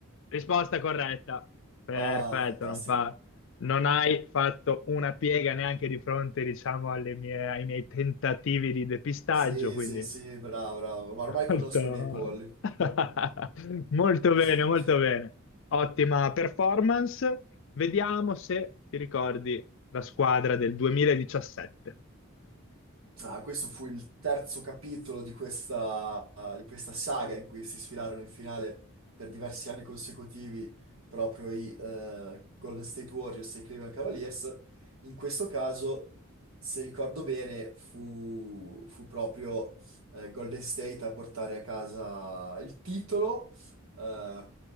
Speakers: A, on the left; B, on the right.
A: Risposta corretta. Perfetto,
B: Ah, fantastico.
A: non fa- non hai fatto una piega neanche di fronte, diciamo, alle mie- ai miei tentativi di depistaggio,
B: Sì,
A: quindi
B: sì, sì, bravo, bravo. Ma ormai
A: molto...
B: conosco i miei polli.
A: <laughs> molto bene,
B: <laughs>
A: molto bene. Ottima performance. Vediamo se ti ricordi la squadra del 2017.
B: Ah, questo fu il terzo capitolo di questa, ah, di questa saga in cui si sfilarono in finale per diversi anni consecutivi proprio i eh, Golden State Warriors e i Cleveland Cavaliers. In questo caso, se ricordo bene, fu, fu proprio eh, Golden State a portare a casa il titolo eh,